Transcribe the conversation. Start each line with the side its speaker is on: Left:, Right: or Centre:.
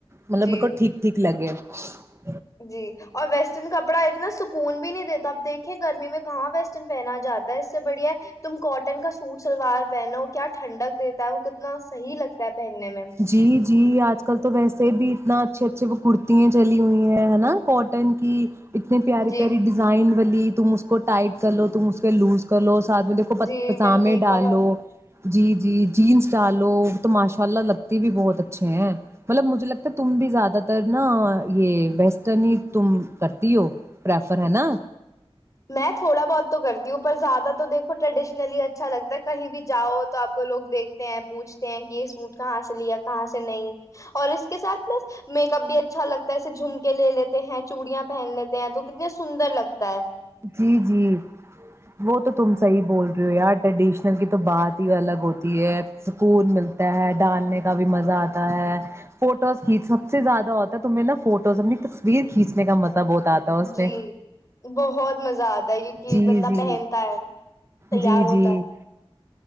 Right: مطلب
Left: جی
Right: میرے کو ٹھیک ٹھیک لگے ا
Left: جی اور ویسٹرن کپڑا اتنا سکون بھی نہیں دیتا اب دیکھ گرمی میں کہاں ویسٹرن پہنا جا ہے اس سے بڑھیا تم کوٹن کا سوٹ سلوار پہنو ہو کیا ٹھنڈک دیتا ہے وہ کتنا صحیح لگتا ہے پہننے میں
Right: جی جی آج کل تو ویسے بھی اتنا اا اچھے اچھے وہ کرتیاں چلی ہوئی ہیں ناٹ ٹن کی اتنی پیاری
Left: جی
Right: پیاری ڈیزائن والی تم اس کو ٹائٹ کر لو تم اس کے لوز کر لو اس ساتھ میں دیکھو
Left: جی
Right: پجامے
Left: میں نے دیکھا
Right: ڈالو
Left: تھا
Right: جی جی جینس ڈالو وہ تو ماشاء اللہ لگتا بھی بہت اچھے ہیں مطلب مجھے لگتا ہے تم بھی زیادہ تر نا یہ ویسٹرن ہی تم کرتی ہو پرریفر ہے نا
Left: میں تھوڑا بہت تو کرتی ہوں پر زیادہ تو دیکھو ٹریڈیشنلی اچھا لگتا ہے کہیں بھی جاؤ تو آپ کو لوگ دیکھتے ہیں پوچھتے ہیں کہ یہ سوٹ کہاں سے لیا کہاں سے نہیں اور اس کے ساتھ نا میک اپ بھی اچھا لگتا ہے ایے جھوم کے لے لیتے تو ح <unintelligible> چوڑیاں پہن لیتے ہیں تو کتنے سندر لگتا ہے
Right: جی جی وہ تو تم صحیح بول رہے ہو یار ٹریڈیشنل کی تو بات ہی الگ ہوتی ہے سکون ملتا ہے ڈالنے کا بھی مزہ آتا ہے فوٹوز کھین سب سے زیادہ ہوتا تمہیں نا فوٹوز اپنی تصویر کھینچنے کا مزہ بہت آتا ہے اس
Left: جی
Right: میں
Left: بہت بت مزہ آتا ہے کیونکہ
Right: جی
Left: بندہ
Right: جی
Left: پہنتا ہے تیار
Right: جی
Left: ہوتا
Right: جی <inaudible>